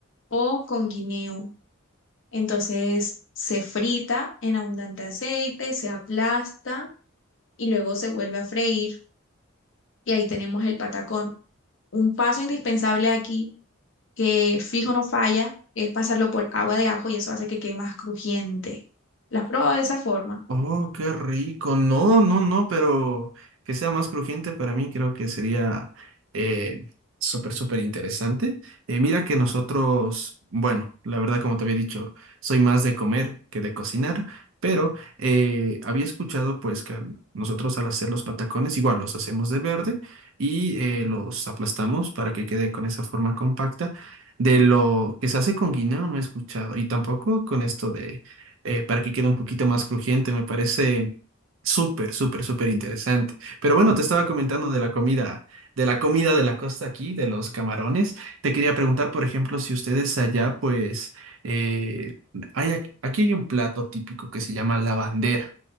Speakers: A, on the left (about 65°); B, on the right (about 70°).
A: o con guineo. Entonces se frita en abundante aceite, se aplasta y luego se vuelve a freír y ahí tenemos el patacón. Un paso indispensable aquí que fijo no falla es pasarlo por agua de ajo y eso hace que quede más crujiente. ¿Las has probado de esa forma?
B: Oh, qué rico. No, no, no, pero que sea más crujiente para mí creo que sería eh, súper, súper interesante. Eh, mira que nosotros, bueno, la verdad como te había dicho, soy más de comer que de cocinar, pero eh, había escuchado pues que nosotros al hacer los patacones igual los hacemos de verde y eh, los aplastamos para que quede con esa forma compacta. De lo que se hace con guineo no he escuchado y tampoco con esto eh, para que quede un poquito más crujiente. Me parece súper, súper, súper interesante. Pero bueno, te estaba comentando de la comida, de la comida de la costa aquí, de los camarones. Te quería preguntar, por ejemplo, si ustedes allá, pues, eh, hay, ac- aquí hay un plato típico que se llama la bandera.